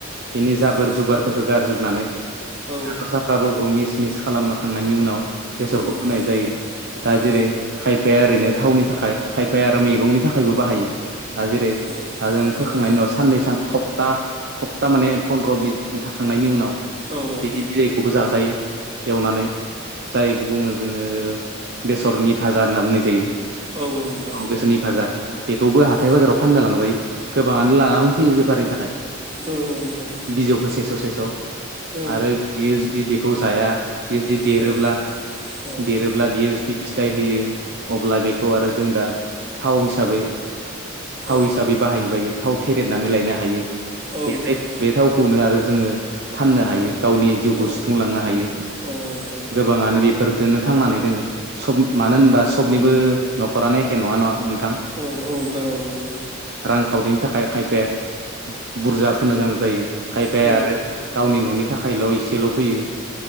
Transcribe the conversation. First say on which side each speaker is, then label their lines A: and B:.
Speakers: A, on the right; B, on the right.
A: बिनि जाबोर
B: औ
A: जुबारफोरखौ गारजोबनानै
B: औ
A: हाथर साफ फ्राफोरखौ मिस मिस खालामखांनायनि उनाव बेसरखौ
B: नोंथां
A: होनाय जायो दा
B: औ
A: जेरै खायफ खायफाया ओरैनो थावनि थाखाय खायफाया आरो मैगंनि थाखायबो बाहायो दा जेरै
B: औ
A: दा जों फोखांनायनि
B: औ नोंथां
A: उनाव साननै सान सप्ता सप्ता माने फन्द्र' बिस दिन थाखांनायनि उनाव
B: औ-औ
A: बिलायखौबो जाजायो एवनानै जायखौ बुङो जोङो बेसरनि भाजा होनना बुंनाय जायो
B: औ-औ नोंथां
A: औ बेसरनि भाजा बेखौबो हाथाय
B: औ
A: बाजाराव फाननो लांजायो गोबाङानो लानानै फैयो बेफारनि थाखाय
B: औ-औ नोंथां
A: बिजौखौ सेस' सेस'
B: औ
A: आरो बियो जुदि बेखौ जाया बि जुदि
B: औ
A: देरोब्ला
B: औ
A: देरोब्ला अब्ला बियो जुदि फिथाइ होयो अब्ला बेखौ आरो जों दा थाव हिसाबै थाव
B: औ
A: हिसाबै बाहायनो बायो थाव फेरेदनानै लायनो हायो
B: औ
A: बे
B: नोंथां
A: बे थावखौ नो आरो जोङो फाननो हायो गावनि जिउखौ
B: औ नोंथां औ
A: सुफुंलांनो हायो
B: औ नोंथां औ
A: गोबाङानो बेफोरजोंनो थांनानै दोङो मानो होनबा स निबो न'खरानो एखे नङा न नोंथां
B: औ-औ नोंथां औ नंगौ
A: रांखावरिनि थाखाय खायफाया बुरजा फोनो गोनां जायो खायफाया
B: औ
A: आरो गावनि न'नि थाखायल' इसेल' फैयो